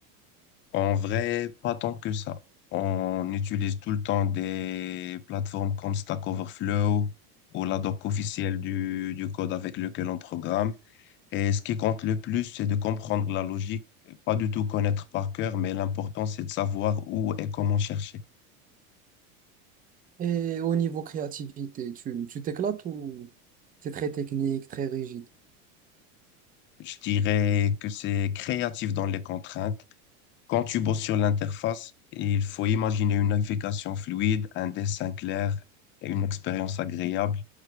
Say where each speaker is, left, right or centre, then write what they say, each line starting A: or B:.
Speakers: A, on the left; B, on the right.
A: En vrai, pas tant que ça. On utilise tout le temps des plateformes comme Stack Overflow ou la doc officielle du, du code avec lequel on programme. Et ce qui compte le plus, c'est de comprendre la logique, pas du tout connaître par cœur, mais l'important, c'est de savoir où et comment chercher.
B: Et au niveau créativité, tu, tu t'éclates ou c'est très technique, très rigide?
A: Je dirais que c'est créatif dans les contraintes. Quand tu bosses sur l'interface, il faut imaginer une navigation fluide, un dessin clair et une expérience agréable.